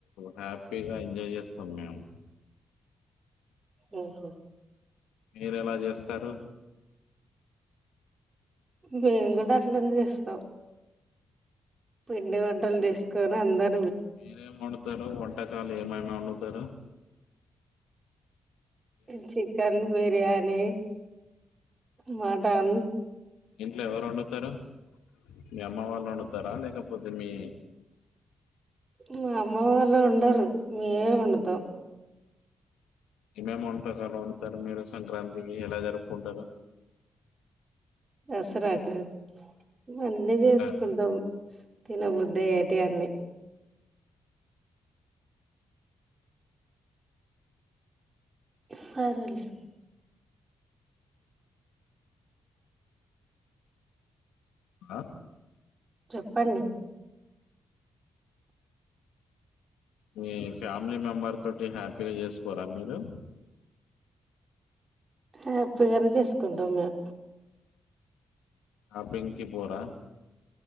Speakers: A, on the left; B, on the right.
A: హ్యాపీగా ఎంజాయ్ చేస్తాం మేము
B: ఆహ
A: మీరు ఎలా చేస్తారు
B: మేము కూడా అట్లనే చేస్తాం పిండి వంటలు చేసుకోని అందరు
A: మీరేం వండుతారు వంటకాలు ఏమైనా కాండ తార
B: చికెన్ బిర్యానీ మ టన్
A: ఇంట్లో ఎవరు వండుతారు మీ అమ్మ వాళ్ళు వండుతారా లేకపోతే మీ
B: మా అమ్మ వాళ్ళు వండరు మేమే వండుతాం
A: ఏమేమి వంటకాలు వండుతారు మీరు సంక్రాంతికి ఎలా జరుపుకుంటారు
B: దసరాక ఇవన్నీ చేసుకుంటాం
A: ఆ,
B: తినబుద్ద అయ్యేటివి అన్ని సరేలే
A: ఆ
B: చెప్పండి
A: మీ ఫామ్ ఫ్యామిలీ మెంబర్ తోటి హ్యాపీగా చేసుకోరా మీరు
B: హ్యాపీగానే చేసుకుంటాం మేము
A: షాపింగ్ కి పోరా